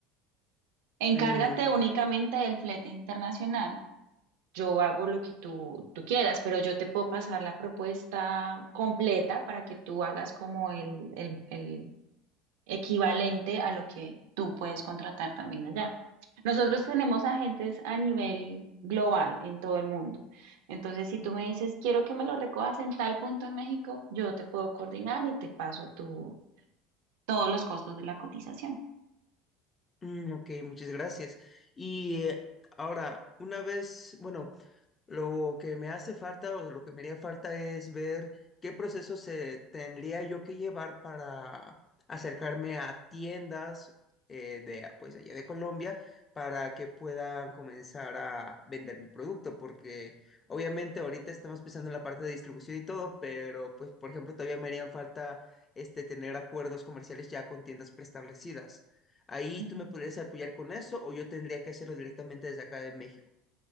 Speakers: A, on the right (about 80°); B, on the left (about 25°).
A: Encárgate
B: Mm,
A: únicamente del flete internacional. Yo hago lo que tú, tú quieras, pero yo te puedo pasar la propuesta completa para que tú hagas como el, el, el equivalente a lo que tú puedes contratar también allá. Nosotros tenemos agentes a nivel global en todo el mundo. Entonces, si tú me dices, quiero que me lo recojas en tal punto en México, yo te puedo coordinar y te paso tu, todos los costos de la cotización.
B: Mm, ok, muchas gracias. Y eh, ahora, una vez, bueno, lo que me hace falta o lo que me haría falta es ver qué proceso se tendría yo que llevar para acercarme a tiendas eh, de, pues, allá de Colombia para que puedan comenzar a vender mi producto, porque obviamente ahorita estamos pensando en la parte de distribución y todo, pero pues por ejemplo todavía me harían falta este tener acuerdos comerciales ya con tiendas preestablecidas. Ahí
A: Ujú.
B: tú me podrías apoyar con eso o yo tendría que hacerlo directamente desde acá de México.